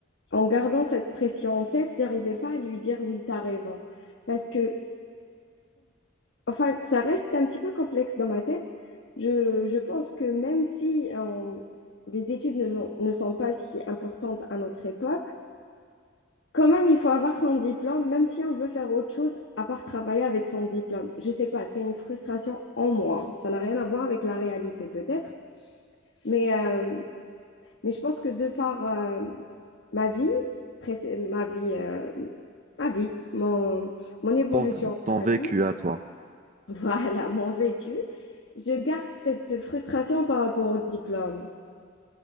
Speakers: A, on the left; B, on the right.
A: en gardant cette pression en tête, j'arrivais pas à lui dire oui, t'as raison. Parce que Enfin, ça reste un petit peu complexe dans ma tête. Je, je pense que même si euh, les études ne, ne sont pas si importantes à notre époque, quand même, il faut avoir son diplôme, même si on veut faire autre chose à part travailler avec son diplôme. Je sais pas, c'est une frustration en moi. Ça n'a rien à voir avec la réalité peut-être, mais, euh, mais je pense que de par euh, ma vie, précé- ma vie, euh, ma vie, mon, mon évolution
B: Ton, ton
A: dans
B: vécu
A: la vie,
B: à toi.
A: Voilà, <laughs> mon vécu. Je garde cette frustration par rapport au diplôme.